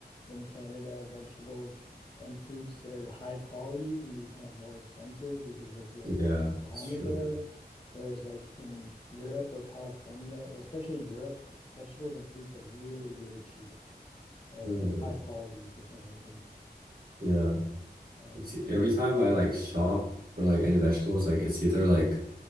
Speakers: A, on the left (about 30°); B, on the right (about 60°).
A: in Canada, vegetables and fruits that are high quality can be kind of more expensive because of the,
B: yeah,
A: the climate
B: it's true.
A: there. Whereas like in Europe or California, well, especially Europe, vegetables and fruits are really, really cheap and
B: Right.
A: high quality for some reason.
B: Yeah.
A: Um,
B: It's e, every time I like shop for like any vegetables, like it's either like